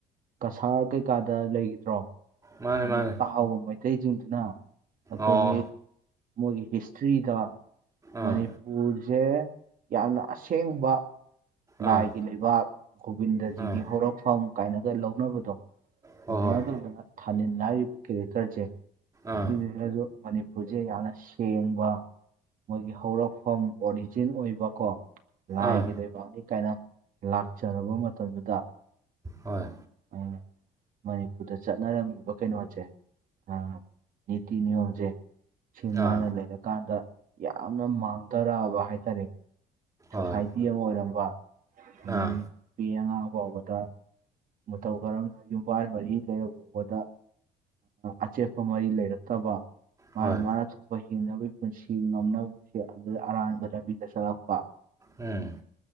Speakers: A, on the right (about 55°); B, on the right (about 20°).
A: ꯀꯁꯥꯔ ꯀꯩꯀꯥꯗ ꯂꯩꯈꯤꯗ꯭ꯔꯣ
B: ꯃꯥꯅꯦ
A: ꯑꯗꯨ
B: ꯃꯥꯅꯦ
A: ꯆꯥꯛꯍꯥꯎꯕ ꯃꯩꯇꯩꯁꯤꯡꯗꯨꯅ ꯑꯩꯈꯣꯏꯒꯤ
B: ꯑꯣ
A: ꯃꯣꯏꯒꯤ ꯍꯤꯁꯇ꯭ꯔꯤꯗ ꯃꯅꯤꯄꯨꯔꯁꯦ
B: ꯑꯥ
A: ꯌꯥꯝꯅ ꯑꯁꯦꯡꯕ ꯂꯥꯏꯒꯤ
B: ꯑꯥ
A: ꯂꯩꯕꯥꯛ ꯒꯣꯕꯤꯟꯗꯖꯤꯒꯤ
B: ꯑꯥ
A: ꯍꯧꯔꯛꯐꯝ ꯀꯥꯏꯅꯒ ꯂꯧꯅꯕꯗꯣ
B: ꯍꯣꯏ
A: ꯑꯗꯨꯃꯥꯏꯅ
B: ꯍꯣꯏ
A: ꯇꯧꯗꯅ ꯊꯥꯅꯤꯟ ꯍꯥꯏꯔꯤꯕ ꯀꯦꯔꯦꯛꯇꯔꯁꯦ
B: ꯑꯥ
A: ꯁꯤꯁꯤꯗꯁꯨ ꯃꯅꯤꯄꯨꯔꯁꯦ ꯌꯥꯝꯅ ꯁꯦꯡꯕ ꯃꯣꯏꯒꯤ ꯍꯧꯔꯛꯐꯝ ꯑꯣꯔꯤꯖꯤꯟ ꯑꯣꯏꯕꯀꯣ ꯂꯥꯏꯒꯤ
B: ꯑꯥ
A: ꯂꯩꯕꯥꯛꯅꯤ ꯀꯥꯏꯅ ꯂꯥꯛꯆꯔꯨꯔꯕ ꯃꯇꯝꯗꯨꯗ
B: ꯍꯣꯏ
A: ꯑ ꯃꯅꯤꯄꯨꯔꯗ ꯆꯠꯅꯔꯝꯃꯤꯕ ꯀꯩꯅꯣꯁꯦ ꯑꯥ ꯅꯤꯇꯤ ꯅꯤꯌꯣꯝꯁꯦ ꯁꯤ ꯃꯥꯅ
B: ꯑꯥ
A: ꯂꯩꯔꯀꯥꯟꯗ ꯌꯥꯝꯅ ꯃꯥꯡꯊꯔꯛꯑꯕ ꯍꯥꯏꯇꯥꯔꯦ ꯁꯣꯁꯥꯏꯇꯤ
B: ꯍꯣꯏ
A: ꯑꯃ ꯑꯣꯏꯔꯝꯕ ꯑꯗꯩ
B: ꯑꯥ
A: ꯅꯨꯄꯤ ꯑꯉꯥꯡ ꯐꯥꯎꯕꯗ ꯃꯇꯧ ꯀꯔꯝꯅ ꯌꯨꯝꯐꯜ ꯃꯔꯤ ꯂꯩꯔ ꯐꯥꯎꯕꯗ ꯑꯆꯦꯠꯄ ꯃꯔꯤ ꯂꯩꯔꯛꯇꯕ ꯃꯥꯅ
B: ꯍꯣꯏ
A: ꯃꯥꯅ ꯊꯣꯛꯄ ꯍꯤꯡꯅꯕꯒꯤ ꯄꯨꯟꯁꯤ ꯉꯝꯅꯕꯁꯤ ꯑꯗꯨ ꯑꯔꯥꯟꯕ ꯂꯝꯕꯤꯗ ꯆꯠꯂꯛꯄ
B: ꯎꯝ